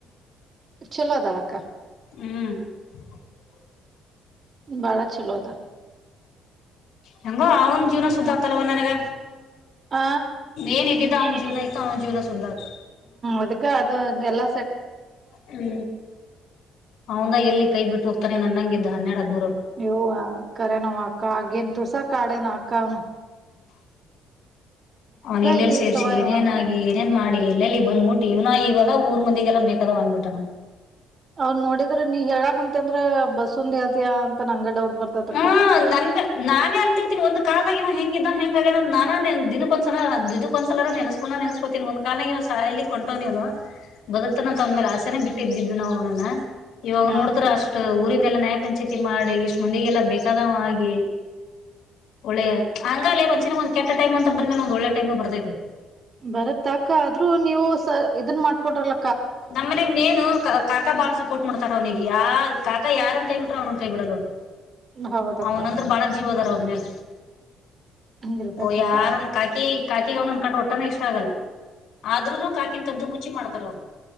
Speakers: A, on the right (about 40°); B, on the left (about 75°).
A: ಚಲೋ ಅದಾಳಕ್ಕ.
B: ಹ್ಮ.
A: ಬಾಳ ಚಲೋ ಅದಾ.
B: ಹೆಂಗೋ ಅವ್ನ ಜೀವನ ಸುದ್ದ ಆಗ್ತಲ್ವ ನನಗ
A: ಹ
B: ಏನ್ ಇದ್ದಿದ್ದ
A: ಹ್ಮ
B: ಅವನ್ ಜೀವನ ಇತ್ತು ಅವನ ಜೀವನ ಸುದ್ದ ಆತು
A: ಅದಕ್ಕ ಅದುಲ್ಲ
B: ಹ್ಮ ಅವಂದ ಎಲ್ಲಿ ಕೈ ಬಿಟ್ಟು ಹೋಗ್ತಾನ ಅನ್ನಂಗ ಇದ್ದ ಹನ್ನೆಡ ಹದ್ದ
A: ಯವ್ವ ಖರೇನ ಆಕ್ಕಾ ಆಗಿನ ತುಸ ಕಾಡೇನ ಆಕ್ಕಾ ಅವ್ನ
B: ಅವನ ಎಲ್ಲೆಲ್ಲಿ
A: ಇದ
B: ಸೇರ್ಸಿ
A: ಇತ್ತವ
B: ಏನೇನಾಗಿ.
A: ಇವ
B: ಇದೇನ ಮಾಡಿ ಎಲ್ಲೆಲ್ಲಿ ಬಂದ್ಬಿಟ್ಟಿ ಇವ್ ಇವಾಗ ಊರ ಮಂದಿಗೆಲ್ಲ ಬೇಕಾದವಾ ಆಗ್ಬಿಟ್ಟನ ನಮ್
A: ಅವ್ ನೋಡಿದ್ರ ನೀ ಹೇಳಾಕಂತಿ ಅಂದ್ರ ಬಸ್ಂದ ಹತಿಯ ಅಂತ ನಂಗೆ ಡೌಟ್ ಬರ್ತತಕ್ಕ
B: ಹ್ಮ ನಂಗ ನಾನೇ ಅಂರ್ತೀನಿ ಒಂದು ಕಾಲದಾಗ ಇವ ಹೆಂಗ ಹೆಂಗ ಆಗ್ಯಾನ ನನ್ನ ದಿನಕ್ಕ ಒಂದಸಲರ ನೆನಸ್ಕೊಂದ ನೆನಸ್ಕೊತಿನಿ ಒಂದ್ ಕಾಲನ್ಯಾಗ ಸ ಕೊಂಟವ್ ನೀವನ ಬದುಕ್ತಾನಂತ ಅವಂದ ಮೇಲೆ ಆಸೆನೇ ಬಿಟ್ಟಿದ್ದಿದ್ ನ ಅವನನ್ನ ಇವಾಗ
A: ಹಾ
B: ನೋಡಿದ್ರ
A: ಅಕ್ಕ
B: ಅಷ್ಟ ಊರಿಂದಲ್ಲಾ ನ್ಯಾಯ ಪಂಚಾಯಿತಿ ಮಾಡಿ ಇಷ್ ಮಂದಿಗೆಲ್ಲಾ ಬೇಕಾದಾವ ಅಗ್ಗಿ ಒಳ್ಳೆ ಹಂಗಲೇ ಮಂಷಿನ ಒಂದ ಕೆಟ್ಟ ಟೈಮ್ ಅಂತ ಬಂದ್ಮೇಲೆ ಒಂದ ಒಳ್ಳೆ ಟೈಮ್ ನ ಬರ್ತೈತೆ.
A: ಬರತ್ ಅಕ ಆದ್ರೂ ನೀವು ಸ ಇದನ್ ಮಾಡ್ಕೊಂಡ್ರಲ
B: ನಮ್ಮನೇ ಗ ಮೇನು ಕಾಕಾ ಬಾಳ ಸವ ಪೊಟ್ ಮಾಡತಾರ ಅವನಿಗ ಯ ಕಾಕ ಯಾರನ್ ಕೈ ಬಿಟ್ರ ಅವ್ನ ಕೈ ಬಿಡಲ್ ಅವರ
A: ಹೌದಕ್ಕ
B: ಅವನಂದ್ರ ಬಾಳ ಜೀವ್ ಅದಾರ ಅವನ್ ಮ್ಯಾಲ
A: ಹಂಗಿರ್ಬೇಕಕ್ಕ
B: ಓ ಯಾರನ್ ಕಾಕಿ ಕಾಕಿಗ ಅವ್ನನನ್ನ ಕಂಡ್ರ ಒಟ್ಟಾನ ಇಷ್ಟ ಆಗಲ್ಲ ಆದ್ರೂನು ಕಾಕಿನ ಕದ್ದ ಮುಚ್ಚಿ ಮಾಡ್ತಾರ ಅವ್ರ.